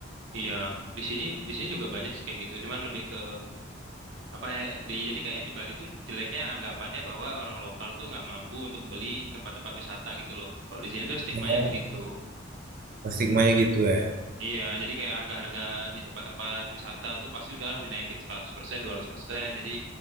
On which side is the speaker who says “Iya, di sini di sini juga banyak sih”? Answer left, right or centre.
Right